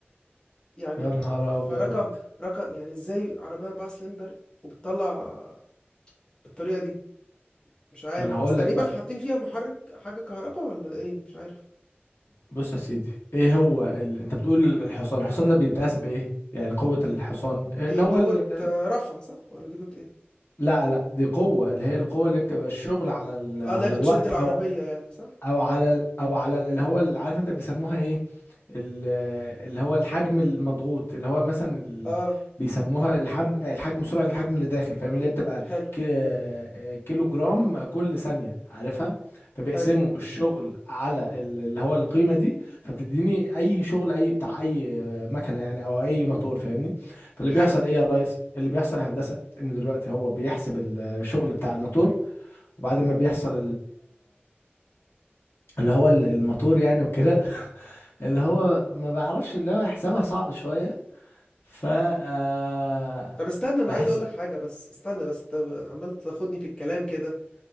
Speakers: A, on the left; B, on the left.
A: يعني
B: يا نهار
A: فرقم
B: أبيض
A: رقم يعني ازاي عربيه 4 سلندر وبتطلع بالطريقه دي مش عارف
B: ما أنا هقول
A: بس تقريبا
B: لك بقى
A: حاطين فيها محرك حاجه كهرباء ولا ايه مش عارف
B: بص يا سيدي إيه هو
A: قول.
B: ال... أنت بتقول الحصان الحصان ده بيتقاس بإيه؟ يعني قوة الحصان اللي
A: دي قوه
B: هو ال...
A: آه، رفع صح ولا دي قوه ايه
B: لا لا دي قوة اللي هي القوة اللي بتبقى الشغل على ال... على
A: اه لا بتشد
B: الوقت
A: العربيه
B: أو
A: يعني صح
B: او على ال- او على ال- اللي هو اللي عارف انت بيسموها ايه ال- اللي هو الحجم المضغوط اللي هو مثلا ال...
A: اه
B: بيسموها الحجم الحجم سرعة الحجم اللي داخل فاهم اللي هي بتبقى
A: حلو
B: كي- آه، كيلو جرام كل ثانية عارفها فبيقسموا
A: حلو
B: الشغل على ال- اللي هو القيمة دي فبتديني اي شغل اي بتاع اي آه، مكنة يعني او اي موتور فاهمني فاللي بيحصل
A: حلو
B: ايه يا ريس اللي بيحصل يا هندسة ان دلوقتي هو بيحسب الشغل بتاع الموتور وبعد ما بيحصل اللي هو ال- الموتور يعني وكده اللي هو ما بعرفش اللي هو حسابها صعب شوية ف آه،
A: طب استنى انا
B: بحس
A: عايز اقول لك حاجه بس استنى بس انت عمال تاخدني في الكلام كده